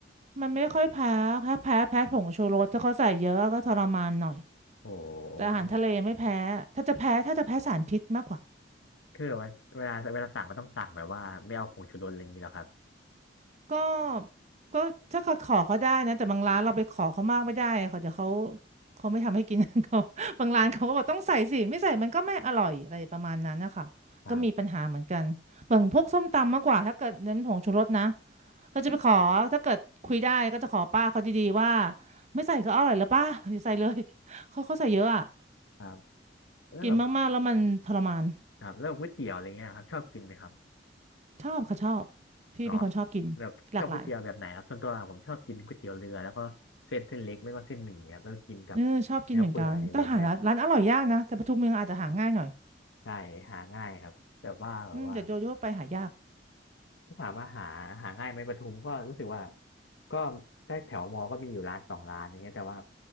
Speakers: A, on the right; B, on the left.
A: มันไม่ค่อยแพ้แค่แพ้แพ้ผงชูรสถ้าเขาใส่เยอะก็ทรมานหน่อย
B: โอ
A: แต่อาหารทะเลไม่แพ้ถ้าจะแพ้ถ้าจะแพ้สารพิษมากกว่า
B: ้ คือแบบว่าเวลาเวลาสั่งก็ต้องสั่งแบบว่าไม่เอาผงชูรสอะไรอย่างนี้หรอครับ
A: ก็ก็ถ้าเขาขอเขาได้นะแต่บางร้านเราไปขอเขามากไม่ได้เขาเดี๋ยวเขาเขาไม่ทำให้กิน <laughs> เขาบางร้านเขาก็บอกต้องใส่สิไม่ใส่มันก็ไม่อร่อยอะไรประมาณนั้นนะคะก็มีปัญหาเหมือนกันบางพวกส้มตำมากกว่าถ้าเกิดเน้นผงชูรสนะ
B: <laughs> ครับ
A: ก็จะไปขอถ้าเกิดคุยได้ก็จะขอป้าเขาดีๆว่าไม่ใส่ก็อร่อยแล้วป้าอย่าใส่เลย <laughs> เขาเขาใส่เยอะอ่ะ
B: ครับแล้วแบบ
A: กินมากๆแล้วมันทรมาน
B: ครับแล้วก๋วยเตี๋ยวอะไรเงี้ยครับชอบกินไหมครับ
A: ชอบค่ะชอบพี่เป็นคนชอบกินหลากหลาย
B: อ๋อแบบชอบก๋วยเตี๋ยวแบบไหนครับส่วนตัวผมชอบกินก๋วยเตี๋ยวเรือแล้วก็เส้นเส้นเล็กไม่ก็เส้นหมี่ครับแล้วก็กินกับเนื้อเปื่อยอะไรเงี้ย
A: เออชอบกินเหมือนกันแต่หาร้านร้านอร่อยยากนะแต่ปทุมเมืองอาจจะหาง่ายหน่อย
B: ใช่หาง่ายครับแบบว่าแบบว่า
A: อืมแต่โดยทั่วไปหายาก
B: ถ้าถามว่าหาหาง่ายไหมปทุมก็รู้สึกว่าก็ใต้แถวมอก็มีอยู่ร้านสองร้านอย่างเงี้ยแต่ว่า